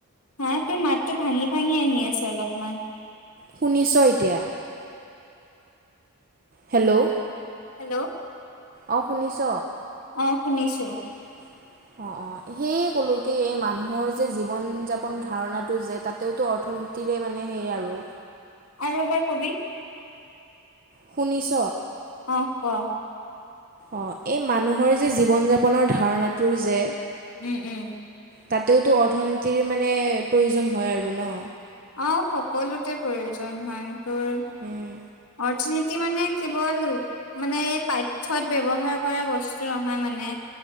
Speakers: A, on the left; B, on the right.
A: হা তোৰ মাতটো ভাঙি ভাঙি আহি আছে অলপমান।
B: শুনিছ এতিয়া হেল্ল'
A: হেল্ল'
B: অ শুনিছ?
A: অ অ শুনিছো।
B: <inaudible> অ অ সেয়ে ক'লো কি এই মানুহৰ যে জীৱন-যাপন ধাৰণাটো যে তাতেওতো অৰ্থনীতি তিৰে মানে সেই আৰু।
A: আৰু হে কবি
B: শুনিছ
A: অহ কোৱা
B: অ এই মানুহৰ যে জীৱন-যাপনৰ ধাৰণাটোৰ যে
A: উম উম
B: তাতেওতো অৰ্থনীতিৰ মানে প্ৰয়োজন হয় আৰু ন
A: অ সকলোতে প্ৰয়োজন হয় তোৰ
B: উম
A: অৰ্থনীতি মানে কেৱল মানে এই পাঠ্যত ব্যৱহাৰ কৰা বস্তু নহয় মানে